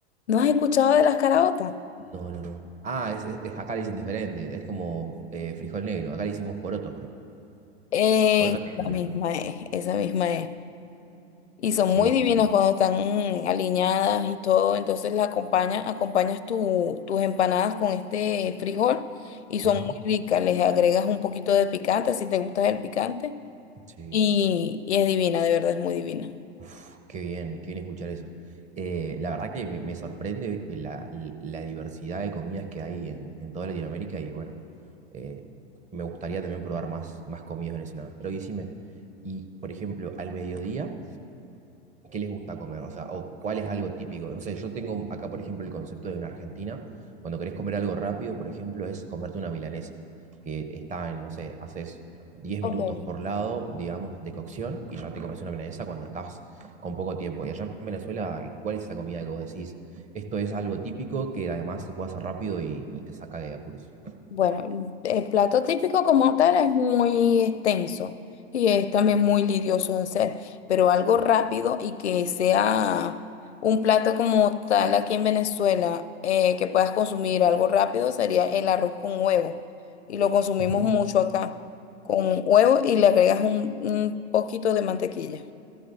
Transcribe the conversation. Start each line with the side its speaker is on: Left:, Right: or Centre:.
Left: ¿No has escuchado de las caraotas?
Right: No, no, no. Ah, es, es- es- acá le dicen diferente. Es como eh, frijol negro. Acá le hicimos poroto, creo.
Left: Eh,
Right: Poroto negro
Left: la
Right: le
Left: misma
Right: decimos acá.
Left: es, esa misma es. Y son
Right: Sí,
Left: muy divinas
Right: sí, sí.
Left: cuando están aliñadas y todo. Entonces la acompaña, acompañas tu- tus empanadas con este frijol y son
Right: Ajá.
Left: muy ricas. Les agregas un poquito de picante si te gusta el picante.
Right: Sí.
Left: Y, y es divina, de verdad es muy divina.
Right: Uf, qué bien, qué bien escuchar eso. Eh, la verdad que me, me sorprende eh, la, la diversidad de comidas que hay en, en toda Latinoamérica y bueno, eh, me gustaría también probar más, más comidas venezolanas. Pero decime, y por ejemplo, al mediodía. qué les gusta comer, o sea, o cuál es algo típico. No sé, yo tengo acá, por ejemplo, el concepto de en Argentina, cuando querés comer algo rápido, por ejemplo, es comerte una milanesa, que está en, no sé, haces diez
Left: Ok.
Right: minutos por lado, digamos, de cocción, y ya te comes una milanesa cuando estás con poco tiempo. Y allá en Venezuela, ¿cuál es esa comida que vos decís? Esto es algo típico que además se puede hacer rápido y, y te saca de apuros.
Left: Bueno, el plato típico como tal es muy extenso y es también muy lidioso de hacer, pero algo
Right: Sí.
Left: rápido y que sea un plato como tal aquí en Venezuela, eh, que puedas consumir algo rápido sería el arroz con huevo. Y lo consumimos
Right: Ujú.
Left: mucho acá, con huevo y le agregas un, un poquito de mantequilla.